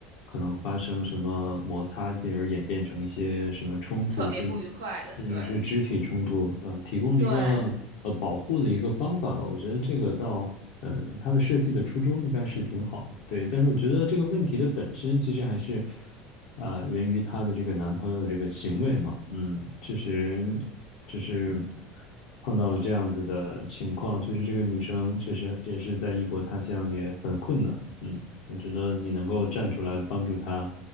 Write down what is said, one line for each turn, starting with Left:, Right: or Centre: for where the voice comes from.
Left: 可能发生什么摩擦，进而演变成一些什么冲突，
Right: 特别不愉快的，
Left: 甚至甚至是肢体冲突，
Right: 对
Left: 嗯，提供了一个呃保护的一个方法吧。
Right: 对。
Left: 我觉得这个倒，嗯，它的设计的初衷应该是挺好的，对。但是我觉得这个问题的本身其实还是。啊、源于她的这个男朋友的这个行为嘛，嗯，确实就是碰到了这样子的情况，确实这个女生确实也是在异国他乡也很困难，嗯，我觉得你能够站出来帮助她，